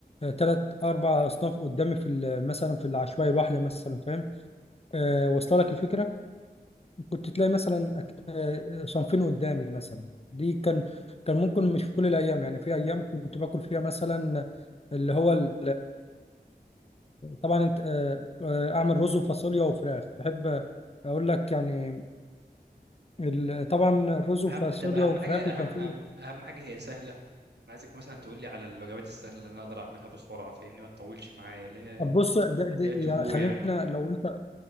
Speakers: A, on the left; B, on the right.
A: ثلاث أربع أصناف قدامي في ال- مثلا في العشوائي الواحدة مثلا فاهم آه، واصلة لك الفكرة كنت تلاقي مثلا أك- آه، آه، صنفين قدامي مثلا دي كان كان ممكن مش في كل الايام يعني في ايام كنت باكل فيها مثلا اللي هو ال- طبعا انت آه، آه، اعمل رز وفاصوليا وفراخ بحب اقول لك يعني ال- طبعا الرز وفاصوليا
B: اهم طب اهم
A: وفراخ
B: حاجه اهم
A: وكان في
B: اهم اهم حاجه هي سهله انا عايزك مثلا تقول لي على الوجبات السهله اللي انا اقدر اعملها بسرعه فاهمني ما تطولش معايا اللي هي
A: طب بص ده ده
B: اللي هي
A: يعني
B: تو جو
A: خلينا
B: يعني
A: لو انت